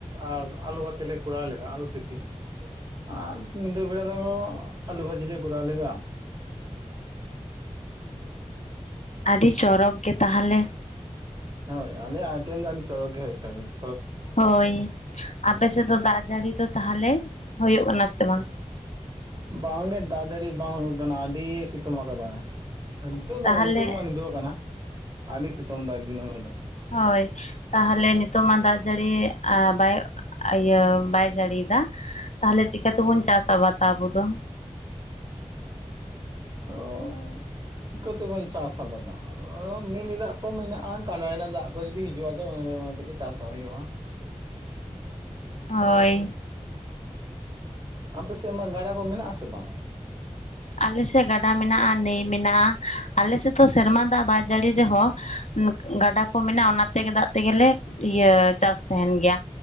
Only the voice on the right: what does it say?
ᱟᱨ ᱟᱞᱩ ᱵᱷᱟᱛᱮ ᱞᱮ ᱠᱚᱨᱟᱣ ᱞᱮᱫᱟ ᱟᱹᱞᱩ ᱥᱤᱯᱤ ᱾ ᱟᱨ ᱧᱤᱫᱟᱹ ᱵᱮᱲᱟ ᱫᱚ ᱟᱹᱞᱩ ᱵᱷᱟᱹᱡᱤ ᱞᱮ ᱠᱚᱨᱟᱣ ᱞᱮᱫᱟ ᱾
ᱦᱚᱭ ᱟᱞᱮᱭᱟᱜ ᱟᱭᱴᱮᱢ ᱫᱚ ᱟᱹᱰᱤ ᱪᱚᱨᱚᱠ ᱜᱮ ᱛᱚᱵᱮ ᱾
ᱵᱟᱝᱜᱮ ᱫᱟᱜ ᱡᱟᱹᱲᱤ ᱵᱟᱝ ᱦᱩᱭᱩᱜ ᱠᱟᱱᱟ ᱟᱹᱰᱤ ᱥᱤᱛᱩᱝ ᱟᱠᱟᱫᱟᱭ ᱾ ᱱᱤᱛᱚᱜ ᱫᱚ
ᱵᱟᱝ ᱱᱤᱛᱚᱜ ᱫᱚ ᱢᱟ ᱱᱤᱫᱟᱹᱣ ᱟᱠᱟᱱᱟ ᱟᱹᱰᱤ ᱥᱤᱛᱚᱝ ᱫᱟ ᱫᱤᱱ ᱦᱤᱞᱚᱜ ᱾
ᱚ ᱚ ᱪᱤᱠᱟᱹᱛᱮᱵᱚᱱ ᱪᱟᱥ ᱟᱵᱟᱫᱟ? ᱚ ᱢᱤᱱᱤ ᱫᱟᱜ ᱠᱚ ᱢᱮᱱᱟᱜᱼᱟ ᱠᱟᱸᱰᱟ ᱨᱮᱱᱟᱜ ᱫᱟᱜ ᱠᱚ ᱡᱩᱫᱤ ᱦᱤᱡᱩᱜᱼᱟ ᱛᱚ ᱚᱱᱟ ᱛᱮᱜᱮ ᱪᱟᱥᱚ ᱦᱩᱭᱩᱜᱼᱟ ᱾
ᱟᱯᱮ ᱥᱮᱫᱢᱟ ᱜᱟᱰᱟ ᱦᱚᱸ ᱢᱮᱱᱟᱜ ᱟᱥᱮ ᱵᱟᱝ ᱾